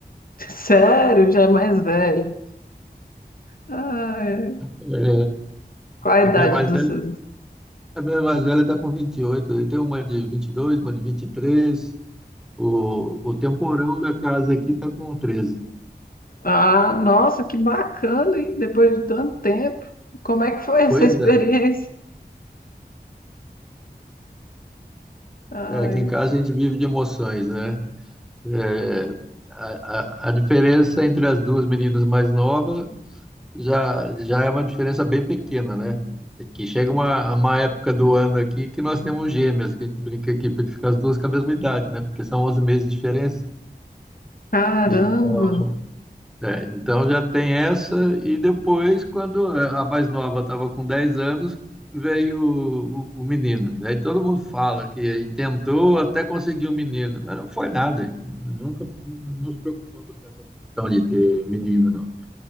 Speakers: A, on the left; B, in the centre.
A: <laughs> Sério, já é mais velho. Ah, é.
B: É,
A: Qual a
B: a
A: idade
B: minha mais
A: dos seus?
B: A minha mais velha está com 28. Eu tenho uma de 22, uma de 23. O, o temporão da casa aqui está com 13.
A: Ah, nossa, que bacana, hein? Depois de tanto tempo. Como é que foi essa
B: Pois
A: experiência?
B: é.
A: Ai,
B: É, aqui em casa a gente vive de emoções, né? É, a, a, a diferença entre as duas meninas mais novas já, já é uma diferença bem pequena, né? É Que chega uma, uma época do ano aqui que nós temos gêmeas, que a gente brinca aqui para que ficar as duas com a mesma idade, né? Porque são 11 meses de diferença.
A: caramba.
B: Então, É, então já tem essa, e depois, quando a mais nova estava com 10 anos, veio o, o, o menino. Aí todo mundo fala que tentou até conseguir um menino, mas não foi nada. Nunca nos preocupamos com essa questão de ter menino, não.